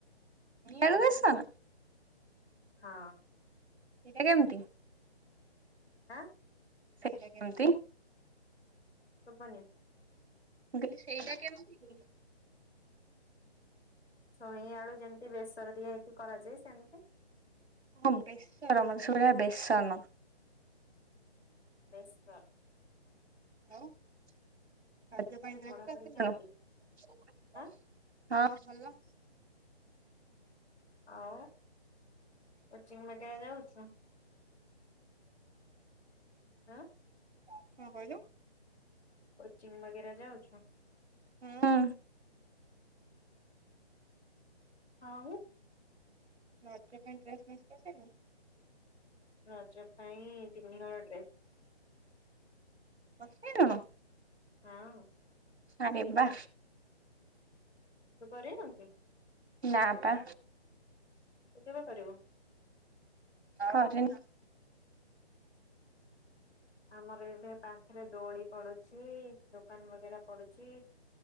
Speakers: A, on the right (about 75°); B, on the left (about 80°).
A: ବେସନ
B: ହଁ।
A: ସେଇଟା କେମିତି?
B: ଆ।
A: ସେଇଟା କେମିତି?
B: ସୁବୁନି।
A: ମୁଁ କହିଲି ସେଇଟା କେମିତି?
B: ଛୁଇଁ ଆଳୁ ଯେମିତି ବେସର ଦିଆ ହେଇକି କରାଯାଏ ସେମିତି।
A: ହଁ ବେଶର ମତେ ସୁୁଭିଲା ବେଶନ।
B: ବେସର ।
A: <unintelligible>
B: ପଢାପଢି କେମିତି ଆଁ ଆଉ କୋଚିଂ ବଗେରା ଯାଉଛୁ। ହଁ।
A: କଣ କହିଲୁ?
B: କଚିଂ ବଗେରା ଯାଉଛୁ।
A: ହୁଁ।
B: ଆଉ।
A: ରଜ ପାଇଁ ଡ୍ରେସ <unintelligible>
B: ରଜ ପାଇଁ ତିନି ହଳ ଡ୍ରେସ୍।
A: କିଣିଲୁଣୁ?
B: ହଁ।
A: ଆରେ ବା।
B: ତୁ କରିନୁ କି?
A: ନା ପା।
B: ତୁ କେବେ କରିବ?
A: କରି ନି।
B: ଆମର ଏଠି ପାଖରେ ଦୋଡି ପଡୁଛି ଦୋକାନ ବଗେରା ପଡୁଛି।